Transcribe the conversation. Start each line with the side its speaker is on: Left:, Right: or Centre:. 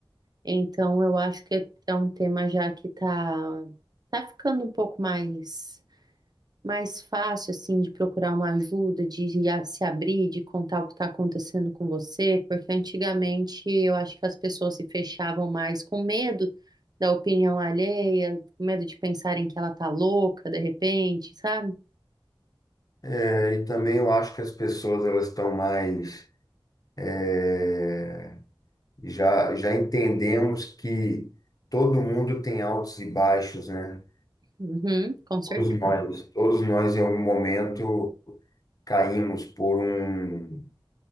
Right: Então eu acho que é é um tema já que tá, tá ficando um pouco mais mais fácil, assim, de procurar uma ajuda, de ir a- se abrir, de contar o que está acontecendo com você, porque antigamente eu acho que as pessoas se fechavam mais com medo da opinião alheia, com medo de pensarem que ela tá louca de repente, sabe?
Left: É, e também eu acho que as pessoas elas estão mais é, já já entendemos que todo mundo tem altos e baixos, né?
Right: Uhum, com certeza.
Left: Todos nós, todos nós em algum momento caímos por um,